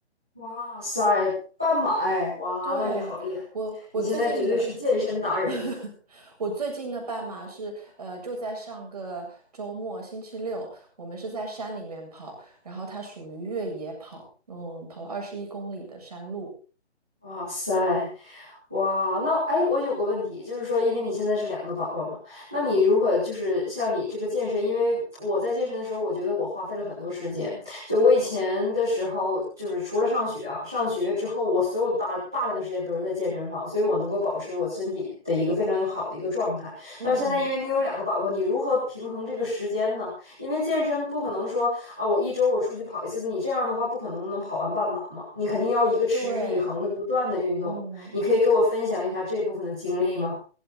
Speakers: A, in the centre; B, on the right (about 35°).
A: 哇塞，半马哎，哇，
B: 对，
A: 那你好厉害，
B: 我我最近的，
A: 你现在绝对是健身达人。
B: <laughs> 我最近的半马是，呃，就在上个周末星期六，我们是在山里面跑，然后它属于越野跑，嗯，跑了二十一公里的山路，
A: 哇塞，哇，那哎，我有个问题，就是说，因为你现在是两个宝宝嘛，那你如何就是像你这个健身？因为我在健身的时候，我觉得我花费了很多时间。就我以前的时候，就是除了上学啊，上学之后，我所有大大量的时间都是在健身房，所以我能够保持我身体的一个非常好的一个状态。
B: 嗯嗯，
A: 但是现在，因为你有两个宝宝，你如何平衡这个时间呢？因为健身不可能说啊，我一周我出去跑一次，你这样的话不可能能跑完半马嘛，你肯定要一个持之以恒的不断的运动。
B: 对。嗯，
A: 你可以给我分享一下这部分的经历吗？